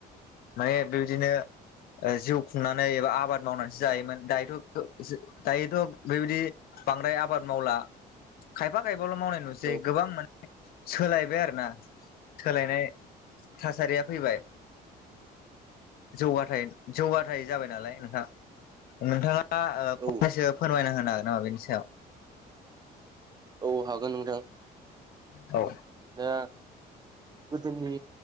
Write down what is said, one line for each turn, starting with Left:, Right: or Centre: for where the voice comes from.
Left: माने बेबायदिनो जिउ खुंनानै एबा आबाद मावनानैसो जायोमोन दायोथ' दायोथ' बेबायदि बांद्राय आबाद मावला खायफा खायफा ल' मावनाय नुसै
Right: औ
Left: गोबां माने सोलायबाय आरो ना सोलायनाय थासारिया फैबाय जौगाथाय जौगाथाय जाबाय नालाय नोंथां नोंथांङा फंनैसो
Right: औ
Left: फोरमायना होनो हागोन नामा बेनि सायाव
Right: औ हागोन नोंथां
Left: औ
Right: दा गोदोनि